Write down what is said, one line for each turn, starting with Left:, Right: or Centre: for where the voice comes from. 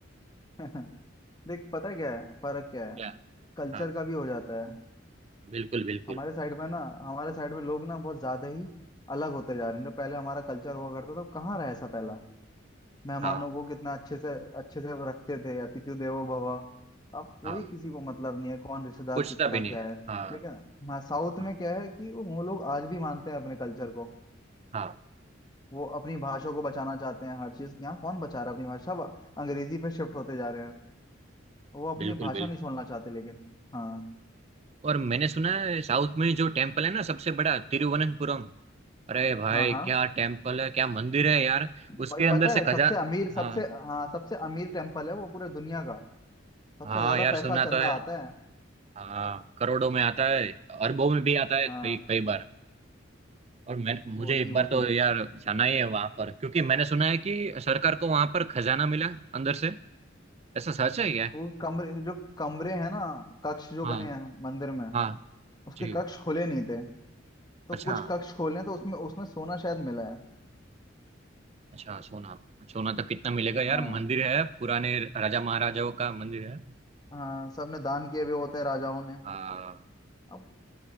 Left: <laughs> देख पता है क्या है फर्क क्या है
Right: क्या
Left: कल्चर
Right: हाँ
Left: का भी हो जाता है
Right: बिल्कुल बिल्कुल
Left: हमारे साइड में ना हमारे साइड में लोग ना बहुत ज्यादा ही अलग होते जा रहे हैं जो पहले हमारा कल्चर हुआ करता था वो कहाँ रहा ऐसा पहला मेहमानों
Right: हाँ
Left: को कितना अच्छे से अच्छे से वो रखते थे अतिथि देवो भव अब कोई
Right: हाँ
Left: किसी को मतलब नहीं है कौन रिश्तेदार
Right: पूछता
Left: किसका
Right: भी नहीं
Left: क्या
Right: है
Left: है
Right: हाँ
Left: लेकिन हाँ साउथ
Right: हाँ
Left: में क्या है कि वो वो लोग आज भी मानते हैं अपने कल्चर को
Right: हाँ
Left: वो अपनी भाषा को बचाना चाहते हैं हर चीज यहाँ कौन बचा रहा है अपनी भाषा सब अंग्रेजी पे शिफ्ट होते जा रहे हैं वो अपनी
Right: बिल्कुल
Left: भाषा
Right: बिल्कुल
Left: नहीं छोड़ना चाहते लेकिन हाँ
Right: और मैंने सुना है साउथ
Left: तो
Right: में जो टेम्पल है ना सबसे बड़ा तिरुवनंतपुरम अरे भाई
Left: हाँ हाँ
Right: क्या टेम्पल है क्या मंदिर है यार
Left: भाई
Right: उसके अंदर
Left: पता
Right: से
Left: है सबसे
Right: खजा
Left: अमीर सबसे
Right: हाँ
Left: हाँ सबसे अमीर टेम्पल है वो पूरे दुनिया का सबसे
Right: हाँ
Left: ज्यादा
Right: यार
Left: पैसा
Right: सुना
Left: चंदा
Right: तो है
Left: आता है
Right: हाँ करोड़ों में आता है अरबों में भी आता है
Left: हाँ
Right: कई कई बार और मैं मुझे
Left: वही
Right: एक
Left: वही
Right: बार तो यार जाना ही है वहां पर क्योंकि मैंने सुना है कि सरकार को वहां पर खजाना मिला अंदर से ऐसा सच है क्या
Left: वो कमरे जो कमरे हैं ना कक्ष जो
Right: हाँ
Left: बने हैं मंदिर में
Right: हाँ
Left: उसके
Right: जी
Left: कक्ष खोले नहीं थे तो
Right: अच्छा
Left: कुछ कक्ष खोले तो उसमें उसमें सोना शायद मिला है
Right: अच्छा सोना सोना तो कितना मिलेगा यार
Left: हाँ
Right: मंदिर है पुराने राजा महाराजाओं का मंदिर है
Left: हाँ सबने दान किए हुए होते हैं राजाओं ने
Right: हाँ
Left: अब